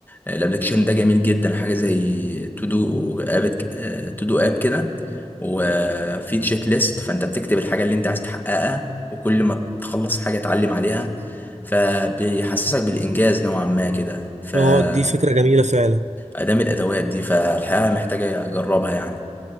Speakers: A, on the left; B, on the right.
A: الابلكيشن ده جميل جدا حاجه زي تو دو اب تو دو اب كده وفي تشيك ليست فانت بتكتب الحاجه اللي انت عايز تحققها وكل ما تخلص حاجه تعلم عليها فبيحسسك بالانجاز نوعا ما كده فادام
B: اه دي فكرة جميلة فعلا
A: الادوات دي فالحقيقه محتاجه اجربها يعني